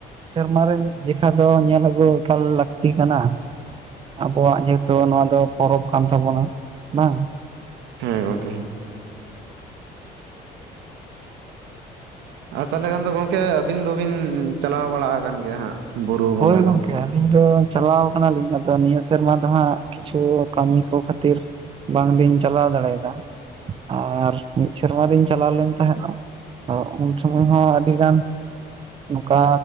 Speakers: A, on the right (about 30°); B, on the right (about 85°).
A: ᱥᱮᱨᱢᱟ ᱨᱮ ᱢᱤᱫ ᱡᱮᱠᱷᱟ ᱫᱚ ᱧᱮᱞ ᱟᱹᱜᱩ ᱮᱠᱟᱞ ᱞᱟᱹᱠᱛᱤ ᱠᱟᱱᱟ᱾ ᱟᱵᱚᱣᱟᱜ ᱡᱮᱦᱮᱛᱚ ᱱᱚᱣᱟ ᱫᱚ ᱯᱚᱨᱚᱵᱽ ᱠᱟᱱ ᱛᱟᱵᱚᱱᱟ ᱵᱟᱝ
B: ᱦᱮᱸ ᱜᱚᱝᱠᱮ ᱟᱨ ᱛᱟᱦᱞᱮ ᱠᱷᱟᱱ ᱫᱚ ᱜᱚᱝᱠᱮ ᱟᱹᱵᱤᱱ ᱫᱚᱵᱤᱱ ᱪᱟᱞᱟᱣ ᱵᱟᱲᱟ ᱟᱠᱟᱱ ᱜᱮᱭᱟ ᱦᱟᱸᱜ ᱵᱩᱨᱩ
A: ᱦᱳᱭ
B: ᱵᱚᱸᱜᱟ
A: ᱜᱚᱝᱠᱮ
B: ᱫᱚ
A: ᱟᱹᱞᱤᱧ ᱫᱚ ᱪᱟᱞᱟᱣ ᱠᱟᱱᱟᱞᱤᱧ ᱟᱫᱚ ᱱᱤᱭᱟᱹ ᱥᱮᱨᱢᱟ ᱫᱚ ᱦᱟᱸᱜ ᱠᱤᱪᱷᱩ ᱠᱟᱹᱢᱤ ᱠᱚ ᱠᱷᱟᱹ ᱛᱤᱨ ᱵᱟᱝ ᱞᱤᱧ ᱪᱟᱞᱟᱣ ᱫᱟᱲᱮ ᱟᱫᱟ ᱟᱨ ᱢᱤᱫ ᱥᱮᱨᱢᱟ ᱞᱤᱧ ᱪᱟᱞᱟᱣ ᱞᱮᱱ ᱛᱟᱦᱮᱱᱟᱜ ᱟᱫᱚ ᱩᱱ ᱥᱚᱢᱚᱭ ᱦᱚᱸ ᱟᱹᱰᱤ ᱜᱟᱱ ᱱᱚᱠᱟ